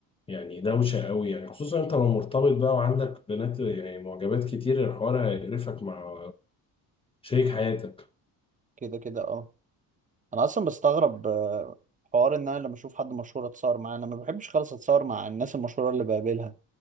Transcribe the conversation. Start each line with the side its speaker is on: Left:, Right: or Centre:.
Left: يعني دوشة قوي يعني خصوصا انت لو مرتبط بقى وعندك بنات يعني معجبات كتير الحوار هيقرفك مع شريك حياتك
Right: كده كده اه انا اصلا بستغرب آه، حوار ان انا لما اشوف حد مشهور اتصور معاه انا ما بحبش خالص اتصور مع الناس المشهوره اللي بقابلها